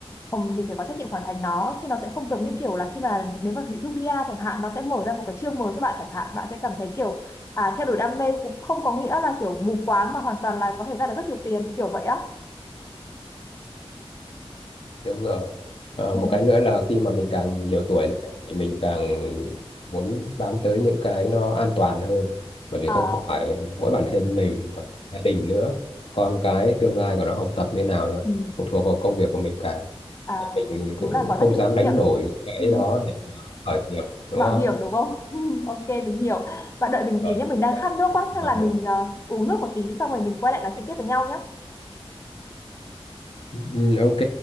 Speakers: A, on the left (about 25°); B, on the left (about 65°).
A: "Ồ, mình phải có trách nhiệm hoàn thành nó chứ nó sẽ không giống như kiểu là khi mà nếu mà ví dụ Mia chẳng hạn nó sẽ mở ra một cái chương mới cho bạn chẳng hạn bạn sẽ cảm thấy kiểu À, theo đuổi đam mê cũng không có nghĩa là kiểu mù quáng mà hoàn toàn là có thể ra được rất nhiều tiền kiểu vậy á.
B: Đúng rồi. Ờ,
A: Ừ.
B: một cái nữa là khi mà mình càng nhiều tuổi lên ấy, thì mình càng muốn bám tới những cái nó an toàn hơn. Bởi vì
A: À,
B: không phải mỗi bản thân mình, mà gia đình nữa, con cái tương lai của nó học tập như nào nữa,
A: ừ.
B: phụ thuộc vào công việc của mình cả.
A: À,
B: Mình cũng
A: đúng là có
B: không
A: rất nhiều
B: dám
A: trách
B: đánh
A: nhiệm.
B: đổi cái
A: Ừ.
B: đó để mà khởi nghiệp, đúng
A: Mạo
B: không?
A: hiểm đúng không? <laughs> Ok mình hiểu. Bạn đợi mình
B: Ờ,
A: tí nhé, mình đang khát nước quá, chắc
B: khởi
A: là mình
B: nghiệp.
A: ờ, uống nước một tí xong rồi mình quay lại nói chuyện tiếp với nhau nhé.
B: Ừ, ok.